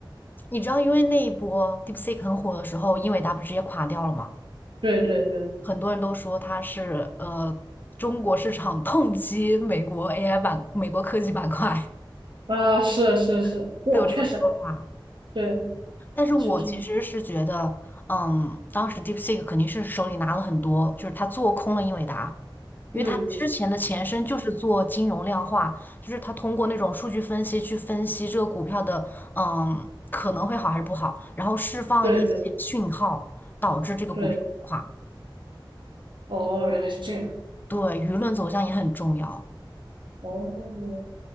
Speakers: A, on the left; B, on the right.
A: 你知道，因为那一波 DeepSeek 很火的时候，英伟达不直接垮掉了吗？
B: 对对对，
A: 很多人都说它是呃中国市场 <laughs> 痛击美国 AI 板、美国科技板块，
B: 啊，是是是，
A: <laughs>
B: 对啊，
A: 都有这个说法。
B: 确实，对，
A: 但是我其实是觉得，
B: 是是，
A: 嗯，当时 DeepSeek 肯定是手里拿了很多，就是他做空了英伟达，因为他之前的前身就是做金融量化，
B: 嗯嗯，
A: 就是他通过那种数据分析去分析这个股票的，嗯，可能会好还是不好，然后释放一些讯号，
B: 对对
A: 导致这个股票垮。
B: 对，哦，原来是这样，
A: 对，舆论走向也很重要。
B: 哦，